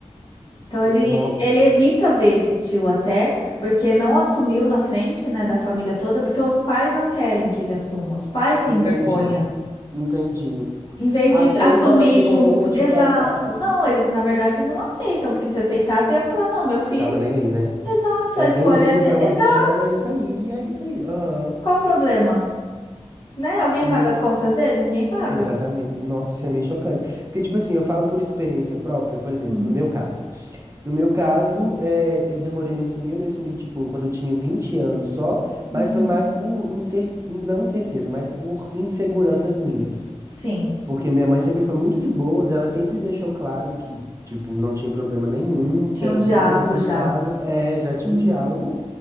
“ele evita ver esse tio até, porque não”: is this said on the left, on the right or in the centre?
Left